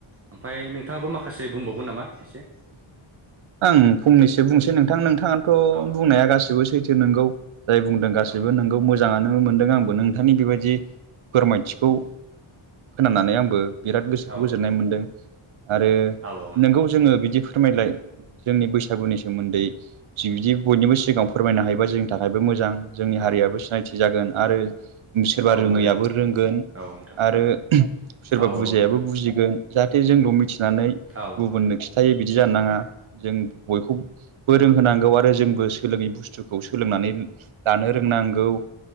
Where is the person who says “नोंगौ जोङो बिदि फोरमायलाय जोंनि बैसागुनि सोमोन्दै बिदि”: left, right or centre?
Right